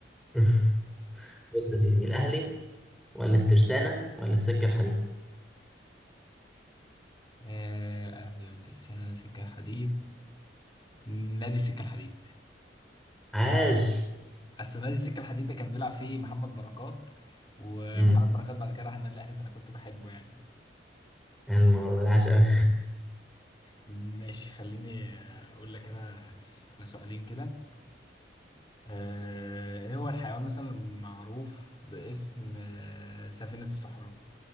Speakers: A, in the centre; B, on the left (about 25°).
A: <laughs> بص يا سيدي الاهلي ولا الترسانه ولا السكه الحديد
B: آه، اهلي ولا ترسانة سكة الحديد نادي السكة الحديد
A: عاش
B: اصل نادي السكة الحديد ده كان بيلعب فيه محمد بركات ومحمد
A: امم
B: بركات بعد كده راح النادي الاهلي فانا كنت بحبه يعني
A: يا نهار أبيض، عاش قوي
B: ماشي خليني آه، اقول لك انا س- على سؤالين كده آه، ايه هو الحيوان مثلا المعروف باسم آه، سفينة الصحراء